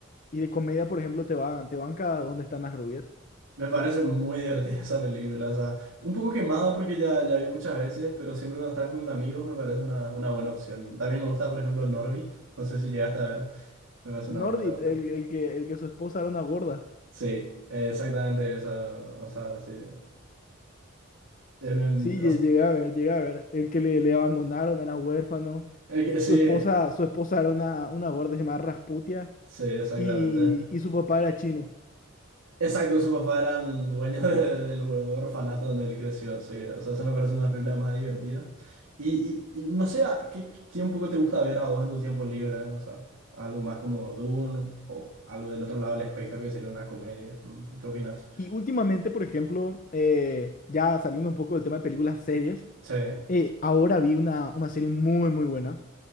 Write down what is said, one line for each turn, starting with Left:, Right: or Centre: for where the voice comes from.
Left: y de comedia, por ejemplo, te van, te banca ¿Dónde están las rubias?
Right: Me parece muy divertida esa película. O sea, un poco quemada porque ya, ya vi muchas veces, pero siempre cuando estás con amigos me parece una, una buena opción. También me gusta, por ejemplo, Norbit. No sé si llegaste a ver. Me parece
Left: Nordit,
Right: una muy buena película.
Left: el, el que, el que su esposa era una gorda.
Right: Sí, exactamente esa. O sea, sí. Eh, me-
Left: Sí,
Right: o
Left: lle-
Right: s-
Left: llegué a ver, llegué a ver. El que le, le abandonaron era huérfano.
Right: el que, sí,
Left: Su esposa, su esposa era una, una gorda llamada Rasputia
Right: sí, exactamente.
Left: y, y su papá era chino.
Right: Exacto, su papá era dueño de- del orfanato donde él creció, sí. O sea, eso me parece una película más divertida. Y, y- y no sé, ¿a ¿qué, qué un poco te gusta ver a vos en tus tiempos libres? O sea, algo más como Dune o algo del otro lado del espectro que sería una comedia. ¿no? ¿Qué opinas?
Left: Y últimamente, por ejemplo, eh, ya saliendo un poco del tema de películas, series,
Right: Sí.
Left: eh, ahora vi una, una serie muy, muy buena.